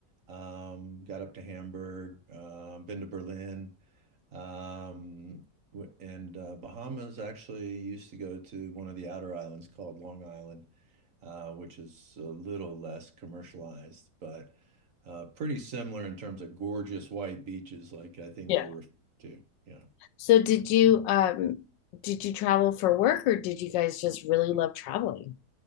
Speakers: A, on the right; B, on the left.
A: um, got up to Hamburg, uh, been to Berlin, um, and uh, Bahamas actually used to go to one of the outer islands called Long Island, uh, which is a little less commercialized, but uh, pretty similar in terms of gorgeous white beaches, like I think
B: Yeah.
A: you're referring to. Yeah.
B: So did you um did you travel for work or did you guys just really love traveling?